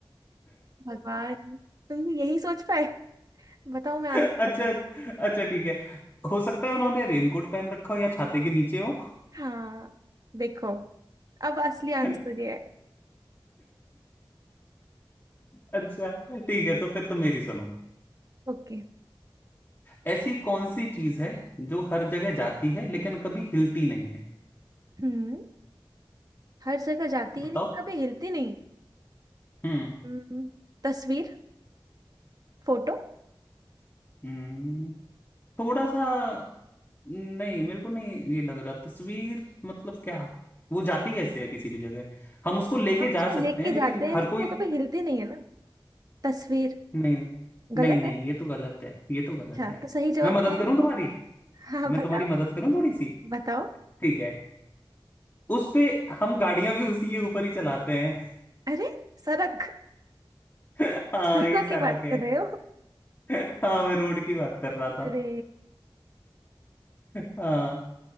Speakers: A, on the right; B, on the left.
A: भगवान तुम यही सोच पाए बताओ मैं आंसर
B: अच्छा
A: बताती हूँ
B: अच्छा ठीक है हो सकता है उन्होंने रेनकोट पहन रखा हो या छाते के नीचे हो
A: हाँ देखो अब असली आंसर
B: <laughs>
A: ये है
B: अच्छा ठीक है तो फिर तुम मेरी सुनो
A: ओके
B: ऐसी कौन सी चीज है जो हर जगह जाती है लेकिन कभी हिलती नहीं है
A: हम्म हर जगह जाती
B: बताओ
A: है लेकिन कभी हिलती नहीं
B: हम्म
A: हम्म, तस्वीर फोटो
B: हम्म, थोड़ा सा नहीं मेरे को नहीं ये लग रहा तस्वीर मतलब क्या वो जाती कैसे है किसी भी जगह हम उसको लेके
A: हम उसको
B: जा सकते
A: लेके
B: हैं लेकिन
A: जाते हैं
B: हर
A: लेकिन
B: कोई
A: वो कभी हिलती नहीं है ना तस्वीर
B: नहीं
A: गलत
B: नहीं नहीं
A: है
B: ये तो गलत है ये तो गलत
A: अच्छा
B: है
A: तो सही जवाब
B: मैं मदद
A: क्या है
B: करूं तुम्हारी
A: हाँ
B: मैं
A: बताओ
B: तुम्हारी मदद करूं थोड़ी सी
A: बताओ
B: ठीक है उस पे हम गाड़ियां भी उसी के ऊपर ही चलाते हैं
A: अरे सड़क
B: <laughs> हाँ
A: सड़कों
B: ये सड़क
A: की बात
B: है
A: कर रहे हो
B: हाँ मैं रोड की बात कर रहा था
A: अरे
B: हाँ